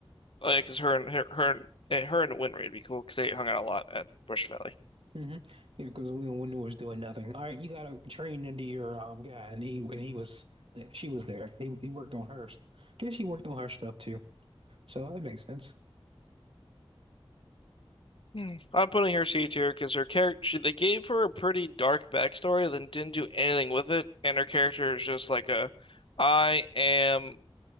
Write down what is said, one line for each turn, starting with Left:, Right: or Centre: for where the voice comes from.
Left: Oh, yeah, cause her and her her and, eh, her and Winry would be cool because they hung out a lot at Bush Valley.
Right: mm hmm Yeah, because we Windu was doing nothing. All right, you got to train into your um guy, and he and he was she was there. He he worked on her. st- Guess she worked on her stuff too. So that makes sense.
Left: Hmm. I'm putting her C tier because her character they gave her a pretty dark backstory, then didn't do anything with it, and her character is just like a, I am,